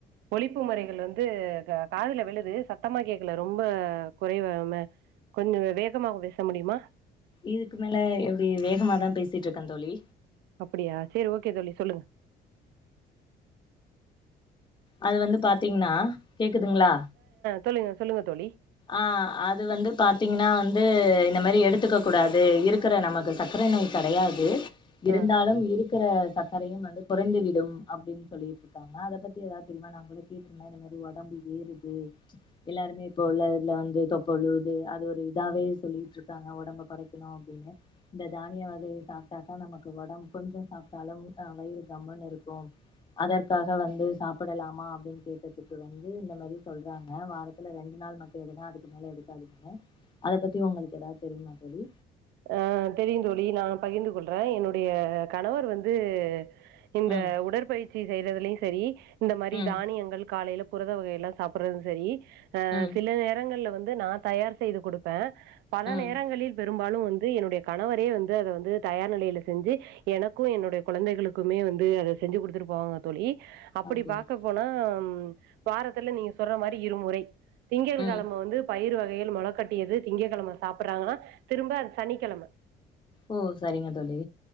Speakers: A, on the right; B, on the left.
A: ஒலிப்பு முறைகள்ல வந்து க காதுல விழுது சத்தமா கேக்கல ரொம்ப குறைவமெ கொஞ்சோ வேகமாக பேச முடியுமா
B: இதுக்கு மேல எப்டி வேகமாதா பேசிட்ருக்கந் தோழி
A: அப்படியா சேரி ஓகே தோழி சொல்லுங்க
B: அது வந்து பாத்தீங்ன்னா கேக்குதுங்ளா
A: தொல்லுங்க சொல்லுங்க தோழி
B: ஆஹ் அது வந்து பாத்தீங்கனா வந்து இந்த மாரி எடுத்துக்க கூடாது இருக்கற நமக்கு சக்கர நோய் கெடையாது இருந்தாலும்
A: ஆ
B: இருக்குற சக்கரையும் வந்து குறைந்து விடும் அப்டின் சொல்லிட்ருக்காங்க அத பத்தி எதா தெரியுமா நங்க கூட கேட்ருந்தே இந்த மாரி ஒடம்பு ஏறுது எல்லாருமே இப்போ உள்ள இதுல வந்து தொப்ப உழுவுது அது ஒரு இதாவே சொல்லிட்ருக்காங்க ஒடம்ப கொறைக்குணு அப்டின்னு இந்த தானிய வகையை சாப்டாக்கா நமக்கு ஒடம்ப் கொஞ்சோ சாப்ட்டாலும் ஆஹ் வயிறு கம்முன்னு இருக்கும் அதற்காக வந்து சாப்படலாமா அப்டின் கேட்டதுக்கு வந்து இந்த மரி சொல்றாங்க வாரத்துல ரெண் டு நாள் மட்டு எடுங்க அதுக்கு மேல எடுக்காதீங்கனு அத பத்தி உங்களுக்கு எதாவ் தெரியுமா தோழி
A: அஹ் தெரியுந்தோழி நா பகிர்ந்து கொள்றே என்னுடைய கணவர் வந்து இந்த
B: ம்
A: உடற்பயிற்சி செய்றதுலியு செரி இந்த மாரி
B: ம்
A: தானியங்கள் காலைல புரத வகையெல்லா சாப்புறது செரி அ
B: ம்
A: சில நேரங்கள்ல வ ந்து நா தயார் செய்து குடுப்பே பல
B: ம்
A: நேரங்களில் வெரும் பாலு வந்து என்னுடைய கணவரே வந்து அத வந்து தயார் நிலையில செஞ்சி எனக்கு என்னுடைய குழந்தைகளுக்குமே வந்து அத செஞ்சு குடுத்துட்டு போவாங்க தொழி அப்படி
B: அப்டியா
A: பாக்க போனா உம் வாரத்துல நீங்க சொல்றா மாரி இருமுறை திங்கள்
B: ம்
A: கெழம வந்து பயிர் வ பெயில் மொள கட்டியது திங்க கெழம சாப்பட்றாங்கனா திரும்ப அது சனிக்கெழம
B: ஓ சரிங்க தோழி